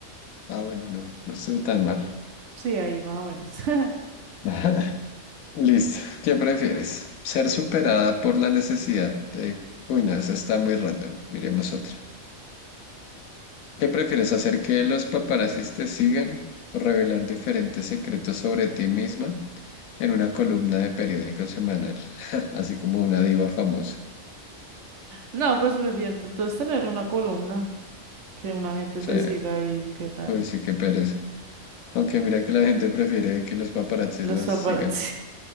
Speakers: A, on the left; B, on the right.
A: Ah, bueno, no, no estuvo tan mal.
B: sí, ahí más o menos. <laughs>
A: <laughs> Listo. ¿Qué prefieres? ¿Ser superada por la necesidad de... Uy, no, esa está muy random. Miremos otra. ¿Qué prefieres hacer que los paparazzis te sigan o revelar diferentes secretos sobre ti misma en una columna de periódico semanal? <laughs> Así como una diva famosa.
B: No, pues prefiero entonces tener una columna, que una gente
A: Sí,
B: te siga y qué raro.
A: uy, sí, qué pereza. Aunque mira que la gente prefiere que los paparazzis
B: <laughs> Los
A: los
B: paparazzi.
A: sigan,